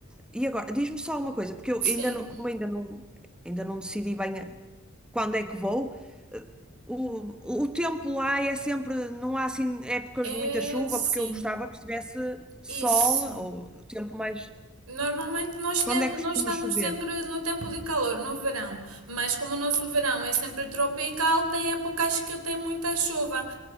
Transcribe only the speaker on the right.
Sim,
é
sim.
Isso.
Normalmente nós, tem,
nós estamos
sempre no tempo de calor, no verão, mas como o nosso verão é sempre tropical, tem épocas que tem muita chuva.